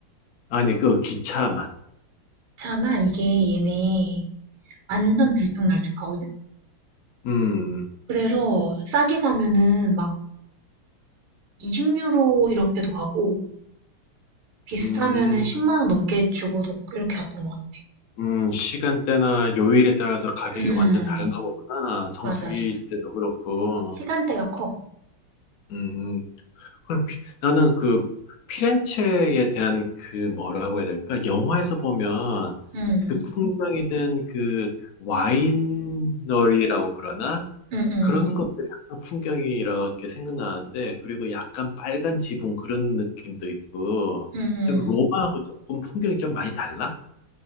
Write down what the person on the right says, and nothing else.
차만 이게 얘네 완전 들쭉날쭉하거든?
그래서 싸게 가면은 막 20유로 이렇게도 가고 비싸면은
10만 원 넘게 주고도 이렇게 갔던 것 같아.
음,
맞아. 시,
시간대가 커.
음,
음, 음,
음,
음.